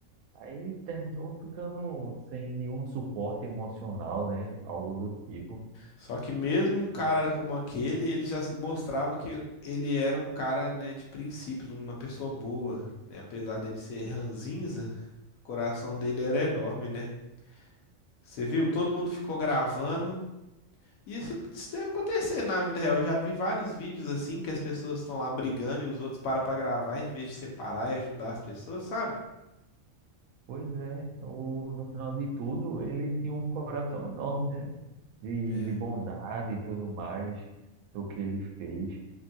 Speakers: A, on the right; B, on the left.
A: Aí terminou ficando sem nenhum suporte emocional, né? Algo do tipo.
B: Só que mesmo um cara como aquele, ele já mostrava que ele era um cara, né, de princípios, uma pessoa boa, né? Apesar dele ser ranzinza, o coração dele era enorme, né? Você viu? Todo mundo ficou gravando. E isso, isso deve acontecer na vida real. Eu já vi vários vídeos assim que as pessoas estão lá brigando e os outros param pra gravar em vez de separar e ajudar as pessoas, sabe?
A: Pois é, o, no final de tudo, ele tinha um coração enorme, né? de,
B: É.
A: de bondade e tudo mais do que ele fez.